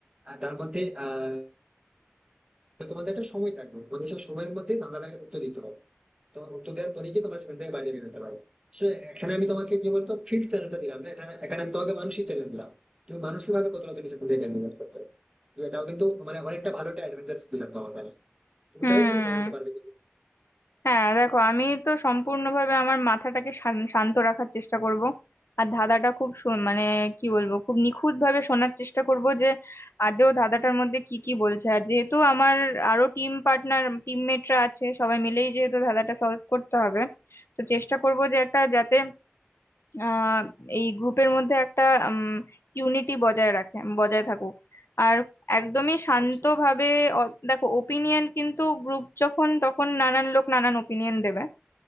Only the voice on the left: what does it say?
হুম
হ্যাঁ দেখো আমি তো সম্পূর্ণভাবে আমার মাথাটাকে শান- শান্ত রাখার চেষ্টা করব আর ধাঁধাটা খুব সু- মানে কি বলবো খুব নিখুঁত ভাবে শোনার চেষ্টা করব যে আদৌ ধাঁধাটার মধ্যে কি কি বলছে আর যেহেতু আমার আরো টিম পার্টনার টিমমেটরা আছে সবাই মিলেই যেহেতু ধাঁধাটা সলভ করতে হবে তো চেষ্টা করব যে একটা যাতে আহ এই গ্রুপের মধ্যে একটা ইউনিটি বজায় রাখে বজায় থাকুক আর একদমই শান্তভাবে
অ- দেখো ওপিনিয়ন কিন্তু গ্রুপ যখন তখন নানান লোক নানান ওপিনিয়ন দেবে